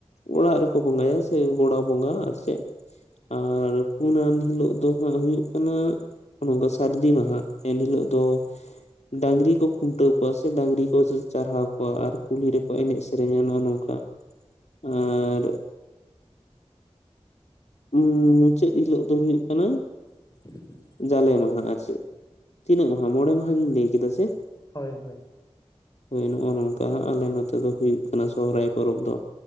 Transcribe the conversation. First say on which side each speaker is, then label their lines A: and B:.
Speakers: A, on the left; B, on the left.
A: ᱚᱲᱟᱜ ᱨᱮᱠᱚ ᱵᱚᱸᱜᱟᱭᱟ ᱥᱮ ᱜᱚᱲᱟ ᱵᱚᱸᱜᱟ ᱟᱨᱪᱮᱫ᱾ ᱟᱨ ᱯᱩᱱᱟᱱ ᱦᱤᱞᱳᱜ ᱫᱚ ᱦᱟᱸᱜ ᱦᱩᱭᱩᱜ ᱠᱟᱱᱟ, ᱱᱚᱝᱠᱟ ᱥᱟᱨᱫᱤ ᱢᱟᱦᱟ ᱮᱱ ᱦᱤᱞᱚᱜ ᱫᱚ ᱰᱟᱝᱨᱤ ᱠᱚ ᱠᱷᱩᱱᱴᱟᱹᱣ ᱠᱩᱣᱟ ᱥᱮ ᱰᱟᱝᱨᱤ ᱠᱚ ᱪᱟᱨᱦᱟᱣ ᱠᱚᱣᱟ ᱟᱨ ᱠᱩᱞᱦᱤ ᱨᱮᱠᱚ ᱮᱱᱮᱡ ᱥᱮᱨᱮᱧᱟ ᱱᱚᱜ-ᱚ ᱱᱚᱝᱠᱟ ᱟᱨ ᱩᱸ ᱢᱩᱪᱟᱹᱫ ᱦᱤᱞᱳᱜ ᱫᱚ ᱦᱩᱭᱩᱜ ᱠᱟᱱᱟ,
B: <inaudible>
A: ᱡᱟᱞᱮ ᱢᱟᱦᱟ ᱟᱨ ᱪᱮᱫ, ᱛᱤᱱᱟᱹᱜ ᱢᱟᱦᱟ ᱢᱚᱬᱮ ᱢᱟᱦᱟ ᱜᱤᱧ ᱞᱟᱹᱭ ᱠᱮᱫᱟ ᱥᱮ?
B: ᱦᱳᱭ ᱦᱳᱭ᱾
A: ᱦᱳᱭ ᱱᱚᱜ-ᱚ ᱱᱚᱝᱠᱟ ᱦᱟᱸᱜ ᱟᱞᱮ ᱱᱚᱛᱮ ᱫᱚ ᱦᱩᱭᱩᱜ ᱠᱟᱱᱟ ᱥᱚᱦᱨᱟᱭ ᱯᱚᱨᱚᱵᱽ ᱫᱚ᱾